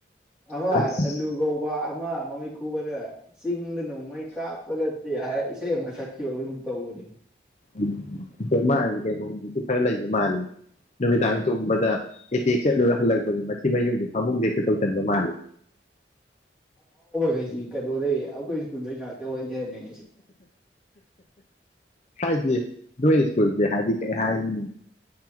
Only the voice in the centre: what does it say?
ꯑꯃ
ꯆꯟꯗꯨ ꯀꯧꯕ ꯑꯃ ꯃꯃꯤꯠ ꯈꯨꯕꯗ ꯆꯤꯡꯗ ꯅꯣꯡꯃꯩ ꯀꯥꯞꯄ ꯅꯠꯇꯦ ꯍꯥꯏ ꯏꯁꯩ ꯑꯃ ꯁꯛꯈꯤꯕ ꯒꯨꯝ ꯇꯧꯕꯅꯦ
ꯎꯝ
ꯑꯩꯈꯣꯏꯁꯤ ꯀꯩꯅꯣꯗꯩ ꯂꯩꯩ ꯑꯩꯈꯣꯏ ꯁ꯭ꯀꯨꯜꯗꯩ ꯉꯥꯛꯇ ꯑꯣꯏ ꯂꯩꯔꯝꯃꯦ